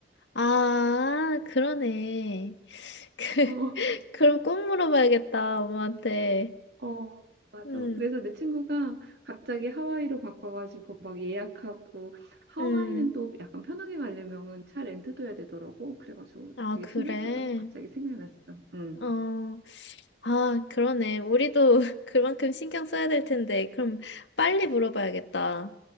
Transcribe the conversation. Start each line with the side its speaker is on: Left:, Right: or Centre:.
Left: 아, 그러네. <laughs> 그,
Right: <laughs> 어,
Left: 그럼 꼭 물어봐야겠다, 엄마한테.
Right: 어, 맞아.
Left: 음,
Right: 그래서 내 친구가 갑자기 하와이로 바꿔가지고 막 예약하고 하와이는
Left: 음.
Right: 또 약간 편하게 가려면은 차 렌트도 해야 되더라고. 그래가지고
Left: 아,
Right: 되게
Left: 그래.
Right: 신경 썼던 거 갑자기 생각났어. 응.
Left: 어, 아, 그러네. 우리도 <laughs> 그만큼 신경 써야 될 텐데. 그럼 빨리 물어봐야겠다.